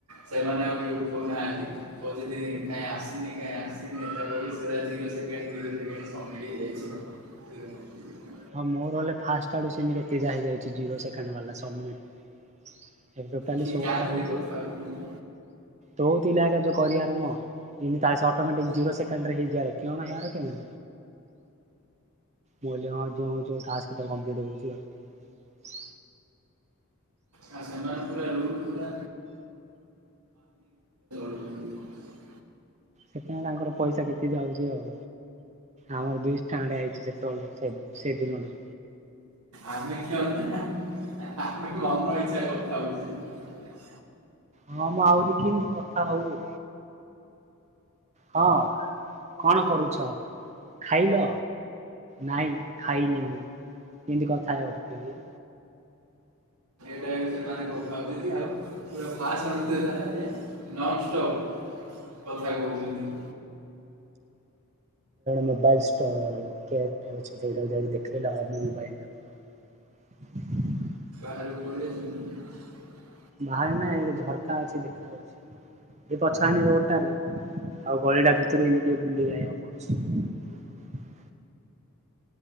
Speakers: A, on the right; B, on the right.
A: ସେମାନେ ଆଉ କିଏ ଉଠଉନାହାନ୍ତି କହୁଛନ୍ତି କାଇଁ ଆସିନି କାଇଁ ଆସିନି ସେ କାନି ସେ କାନି ସବମିଟ ହେଇଯାଇଛି।
B: ହଁ ମୋର ହେଲେ ଫାଷ୍ଟ ଆଡୁ ସେମିତି କେତେଜାକ ହେଇଯାଇଛି ଜିରୋ ସେକେଣ୍ଡ ବାଲା ସବମିଟି। ଏବେ ଟୋଟାଲି
A: କି
B: ଷୋଳ
A: କାହାଥିଲେ
B: ଟା ହେଇଛି
A: କଥା କହିଲୁ
B: ତୋ ଥିଲା ଆକା କରିଆର ମ ତାଶେ ଅଟୋମାଟିକ ଜିରୋ ସେକେଣ୍ଡ ହେଇଜିଆର କିଅଣ ହେବାର। <inaudible> ମୁଁ କାଲି ହିଁ ଯେଉଁ ଟାସ୍କ କେତେ ଟା କଂପ୍ଲିଟ ହଉଛି ଆଉ।
A: ଆ ସୋନା ପୁରା ରୁଲ ପୁରା। <unintelligible>
B: ସେଥିାଇଁ ତାଙ୍କର ପଇସା କେତେ ଯାଉଛି ଆଉ ଆମର ଦୁଇଶହ ଟଙ୍କା ଟେ ଆଇଛି ସେତେବେଳୁ ସେ ଦିନ ଠୁ।
A: ଆମେ ଖେଳୁ ଚେନା? ଆପଣ ମନ ଇଚ୍ଛା କଥା ହଉଛି।
B: ହଁ ମୁଁ ଆହୁରି କେମିତି କଥା ହଉଏ। ହଁ କଣ କରୁଛ ଖାଇଲ? ନାଇଁ ଖାଇନି ମୁଁ ଏମିତି କଥା ହେବିକିରେ
A: ସେମାନେ କଥା ହେଉଚିତି ଆଉ ପୁରା ଭାଷଣ ଦେଲା ଭଳିଆ। ନନ୍ଷ୍ଟପ୍ କଥା କହୁଛନ୍ତି।
B: ମୋବାଇଲ ସ୍ଟଲ କେୟାର ଟେ ଅଛି ଯାଇକି ଦେଖାଇଲେ ହବ ମୋବାଇଲ ଟା। <inaudible>
A: <unintelligible>
B: ବାହାରେ ନାଁ ଏ ଝରକା ଅଛି ଦେଖା ଯାଉଛି ଏ ପଛକାନି ରୋଡ ଟାରେ। ଆଉ ଗଳିଟା ଭିତରୁ ଏମତି ଟିକେ ବୁଲି ଆାଇିବାକୁ ପଡୁଛି।